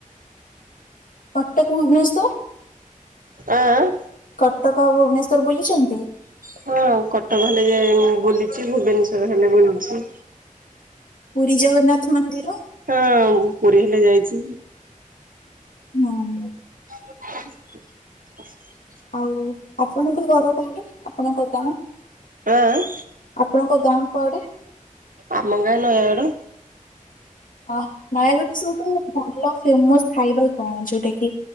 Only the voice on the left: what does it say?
କଟକ, ଭୁବନେଶ୍ୱର
କଟକ ଆଉ ଭୁବନେଶ୍ଵର ବୁଲିଛନ୍ତି?
ପୁରୀ ଜଗନ୍ନାଥ ମନ୍ଦିର?
ହୁଁ।
ଆଉ ଆପଣଙ୍କ ଘର କୋଉଠି, ଆପଣଙ୍କ ଗାଁ?
ଆପଣଙ୍କ ଗାଁ କୁଆଡ଼େ?
ହଁ ନୟାଗଡ଼ ସବୁଠୁ ଭଲ ଫେମସ୍ ଖାଇବା କଣ? ଯୋଉଟା କି